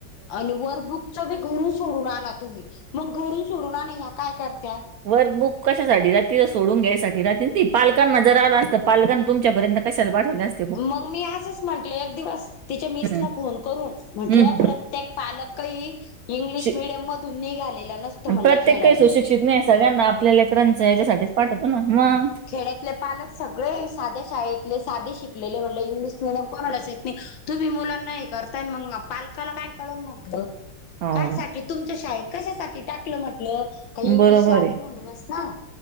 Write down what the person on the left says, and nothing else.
आणि वर्कबुकच बी घरून सोडून आना तुम्ही मग घरून सोडून आना म ह्या काय करत्या?
मग मी असंच म्हटले एक दिवस तिच्या मीसला
फोन करून म्हंटल
प्रत्येक पालकई इंग्लिश
मिडियम मधून निघालेला नसत म्हणल
खेड्यातल
खेड्यातले पालक सगळे साध्या शाळेतले साधे शिकलेले म्हणलं इंग्लिश मिडीयम कोणालाच येत नाही तुम्ही मुलांना हे करताय मग पालकाला काय कळल म्हणटल
कायसाठी तुमच्या शाळेत कशासाठी टाकलं म्हटलं. काही इंग्लिश
यावी
म्हणूनच ना.